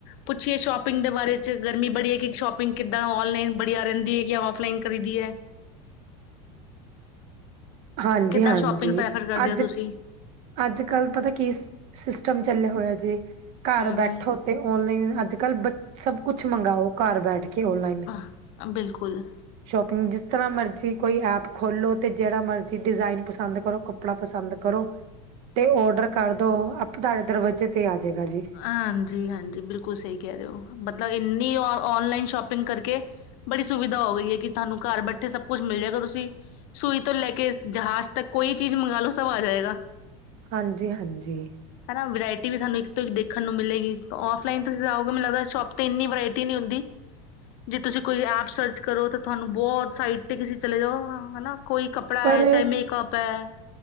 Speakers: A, on the left; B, on the right.
A: ਪੁੱਛੀਏ ਸ਼ੋਪਿੰਗ ਦੇ ਬਾਰੇ ਚ, ਗਰਮੀ ਬੜੀ ਹੈ ਕਿ ਸ਼ੋਪਿੰਗ ਕਿੱਦਾਂ ਔਨਲਾਈਨ ਬੜੀਆ ਰਹਿੰਦੀ ਹੈ ਕਿ ਔਫਲਾਈਨ ਕਰੀ ਦੀ ਹੈ?
B: ਹਾਂਜੀ-ਹਾਂਜੀ
A: ਕਿੱਦਾਂ ਸ਼ੋਪਿੰਗ ਪ੍ਰੈਫਰ ਕਰਦੇ
B: ਅੱਜ,
A: ਹੋ ਤੁਸੀਂ
B: ਅੱਜ ਕੱਲ ਪਤਾ ਕੀ ਸਿ ਸਿਸਟਮ ਚੱਲਿਆ ਹੋਇਆ ਜੀ, ਘਰ
A: ਹਮ
B: ਬੈਠੋ ਤੇ ਔਨਲਾਈਨ ਅੱਜ ਕੱਲ ਬ ਸਭ ਕੁਛ ਮੰਗਾਓ, ਘਰ ਬੈਠ ਕੇ ਓਨਲਾਈਨ,
A: ਹਮ ਬਿਲਕੁਲ
B: ਸ਼ੋਪਿੰਗ ਜਿ ਜਿਸ ਤਰ੍ਹਾਂ ਮਰਜ਼ੀ ਕੋਈ ਐਪ ਖੋਲੋ, ਤੇ ਜਿਹੜਾ ਮਰਜ਼ੀ ਡਿਜ਼ਾਇਨ ਪਸੰਦ ਕਰੋ, ਕੱਪੜਾ ਪਸੰਦ ਕਰੋ। ਤੇ ਔਡਰ ਕਰਦੋ, ਆਪੇ ਤੁਹਾਡੇ ਦਰਵਾਜੇ ਤੇ ਆ ਜਾਏਗਾ ਜੀ
A: ਹਾਂਜੀ-ਹਾਂਜੀ ਬਿਲਕੁਲ ਸਹੀ ਕਹਿ ਰਹੇ ਹੋ, ਮਤਲਬ ਇਨ ਔ ਔਨਲਾਈਨ ਸ਼ੋਪਿੰਗ ਕਰਕੇ ਬੜੀ ਸੁਵਿਧਾ ਹੋ ਗਈ ਹੈ, ਕਿ ਤੁਹਾਨੂੰ ਘਰ ਬੈਠੇ ਸਭ ਕੁੱਛ ਮਿਲ ਜਾਏਗਾ ਤੁਸੀਂ ਸੂਈ ਤੋਂ ਲੈ ਕੇ ਜਹਾਜ਼ ਤੱਕ, ਕੋਈ ਚੀਜ਼ ਮੰਗਾ ਲਓ, ਸਭ ਆ ਜਾਏਗਾ।
B: ਹਾਂਜੀ ਹਾਂਜੀ
A: ਹਨਾ, ਵਰਾਇਟੀ ਵੀ ਤੁਹਾਨੂੰ ਇੱਕ ਥੋਨੂੰ ਦੇਖਣ ਨੂੰ ਮਿਲੇਗੀ, ਔਫਲਾਈਨ ਤੁਸੀਂ ਜਾਓਗੇ, ਮੈਨੂੰ ਲੱਗਦਾ ਸ਼ੋਪ ਤੇ ਇੰਨੀ ਵਰਾਇਟੀ ਨਹੀਂ ਹੁੰਦੀ ਜੇ ਤੁਸੀਂ ਕੋਈ ਐਪ ਸਰਚ ਕਰੋ, ਤਾਂ ਤੁਹਾਨੂੰ ਬਹੁਤ ਸਾਈਟ ਤੇ ਕਿਸੇ ਚਲੇ ਜਾਓ ਹਨਾ। ਕੋਈ ਕੱਪੜਾ
B: ਪਰ
A: ਹੈ, ਚਾਹੇ ਮੇਕਅਪ ਹੈ,